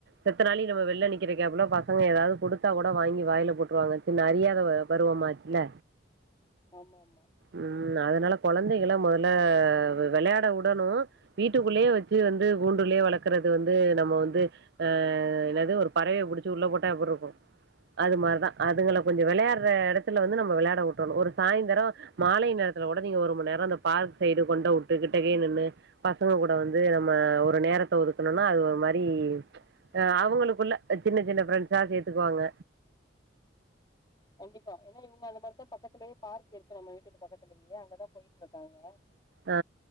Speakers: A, on the right; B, on the left.
A: செத்தனாளி நம்ம வெள்ல நிக்கிற கேப்புல பசங்க எதாவ்து குடுத்தா கூட வாங்கி வாய்ல போட்ருவாங்க சின்ன அறியாத பருவமாச்சில
B: ஆமாமா
A: ம் அதனால கொழந்தைகள மொதல்ல வெளயாட வுடனு வீட்டுக்குள்ளே வச்சு வந்து கூண்டுலே வளர்க்கறது வந்து நம்ம வந்து ஆ என்னது ஒரு பறவய புடிச்சு உள்ள போட்டா எப்பிருக்கு அது மார்தா அதுகள
B: ஆமா
A: கொஞ்சொ வெளயாட்ற எடத்துல வந்து நம்ம வெளயாட விட்றனு ஒரு சாயந்தரோ மாலை நேரத்துல கூட நீங்க ஒரு மண்நேரோ அந்த பார்க் சைடு கொண்ட வுட்டு கிட்டக்கே நின்னு பசங்க கூட வந்து நம்ம ஒரு நேரத்த ஒதுக்னோனா அது ஒரு மாரி ஆ அவுங்களுக்குள்ள சின்ன சின்ன ஃப்ரெண்ட்ஸா சேர்த்துக்குவாங்க
B: கண்டிப்பா ஏனா இவுங்க அந்த மாரி தா பக்கத்திலயே பார்க் இருக்கு நம்ம வீட்டுக்கு பக்கத்திலயே அங்கதா போய்ட்ருக்காங்க
A: ஆ